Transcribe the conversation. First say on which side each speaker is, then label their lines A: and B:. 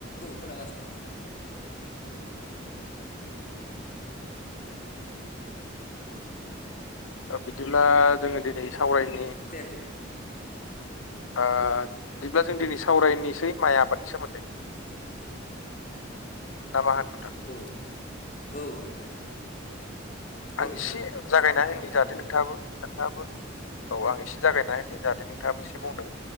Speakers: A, on the left; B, on the left.
A: औ खोनागाससि
B: ओ बिदिब्ला जोङो दिनै सावरायनि
A: फैयाखै
B: <inaudible> ओ दिब्ला जों दिनै सावरायनिसै माइ आबादनि सोमोन्दै दामा होन नोंथां
A: औ औ नोंथां औ
B: आं
A: नोंथां
B: इसे जागायना
A: सावरायजागोन
B: होनि जाथे
A: जोंहा
B: नोंथाङाबो - नोंथाङाबो औ आं एसे जागायना होनि जाहाथे नोंथाङाबो एसे बुंनो